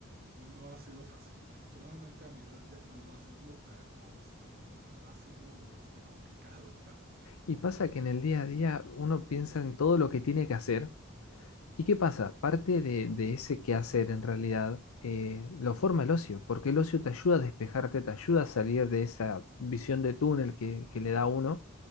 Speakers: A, on the right (about 45°); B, on the left (about 90°).
A: no ha sido fácil. Afortunadamente a mi edad ya puedo hacerlo, pero este, ha ha sido este, complicado. <laughs>
B: Y pasa que en el día a día uno piensa en todo lo que tiene que hacer. ¿Y qué pasa? Parte de, de ese quehacer en realidad eh, lo forma el ocio, porque el ocio te ayuda a despejarte, te ayuda a salir de esa visión de túnel que, que le da a uno.